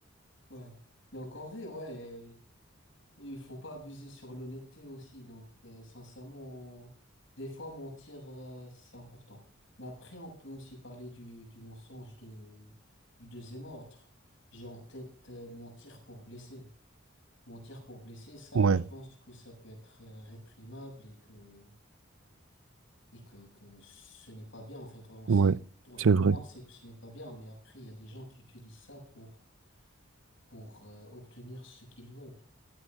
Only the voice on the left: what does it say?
ouais. Donc en vrai, ouais. Et Il faut pas abuser sur l'honnêteté aussi. Donc, euh, sincèrement, des fois, mentir, euh, c'est important. Mais après, on peut aussi parler du, du mensonge de, du deuxième ordre. J'ai en tête, euh, mentir pour blesser. Mentir pour blesser, ça,
je pense que ça peut être euh, réprimable et que, et que, que ce n'est pas bien. En fait, on
sait, tout
tout
le monde sait que ce n'est pas bien, mais après, il y a des gens qui utilisent ça pour, pour, euh, obtenir ce qu'ils veulent.